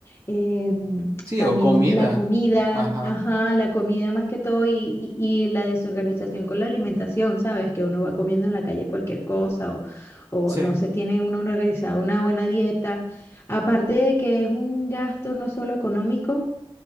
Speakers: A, on the left; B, on the right.
A: Em,
B: Sí,
A: también
B: o comida,
A: la comida,
B: ajá,
A: ajá, la comida más que todo y, y- y la desorganización con la alimentación, ¿sabes? Que uno
B: ujú,
A: va comiendo en la calle cualquier cosa o, o
B: Sí,
A: no se tiene uno organizado una buena dieta. Aparte de que es un gasto no solo económico,